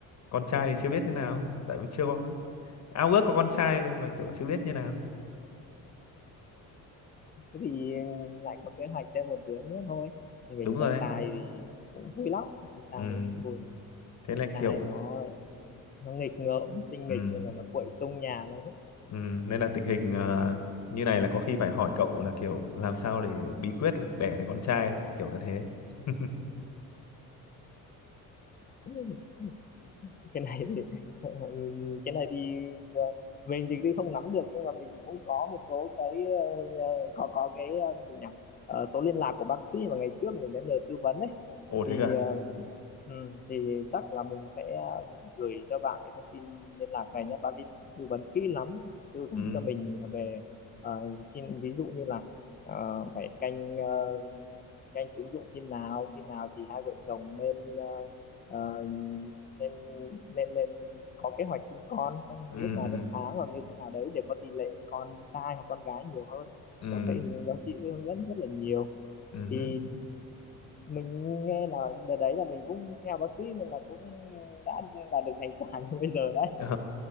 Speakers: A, on the left (about 45°); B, on the left (about 25°).
A: con trai
B: đúng
A: thì
B: rồi
A: chưa biết thế nào tại vì chưa có ao ước có con trai nên mà kiểu chưa biết như nào
B: thế thì lại có kế hoạch thêm một đứa nữa thôi mình
A: đúng rồi
B: con
A: đấy
B: trai thì cũng vui lắm con trai
A: ừ.
B: vui lắm.
A: thế
B: con
A: là
B: trai
A: kiểu
B: nó nó nghịch ngợm tinh
A: ừ.
B: nghịch nên là nó quậy tung nhà lên
A: Ừ. nên là tình hình ờ, như này là có khi phải hỏi cậu là kiểu làm sao để bí quyết là đẻ được con trai đấy kiểu như thế <laughs>
B: <laughs> cái này thì <laughs> ừ, cái này thì ờ, mình thì cũng không nắm được nhưng mà mình cũng có một số cái ờ, ờ, có có cái ờ, gì nhỉ Ờ, số liên lạc của bác sĩ mà ngày trước mình đã nhờ tư vấn ấy
A: ồ
B: thì
A: thế cơ à?
B: ờ, ừ, thì chắc là mình sẽ gửi cho bạn cái thông tin liên lạc này nhé bác ấy tư vấn kỹ lắm tư vấn
A: ừ.
B: cho mình về ờ, khi ví dụ như là ờ, phải canh ờ, Các anh chứng dụng khi nào khi nào thì hai vợ chồng nên ờ, ờ, nên nên nên có kế hoạch sinh con trong
A: ừ
B: lúc nào
A: ừ
B: trong tháng hoặc như thế nào đấy để có tỷ lệ con trai hoặc con gái nhiều hơn
A: ừ
B: bác sĩ bác sĩ hướng dẫn rất là nhiều
A: ừ
B: thì
A: hứ.
B: mình nghe là đợt đấy là mình cũng theo bác sĩ nên là cũng đã đạt được thành quả <laughs> như bây giờ đấy
A: <laughs> Ờ,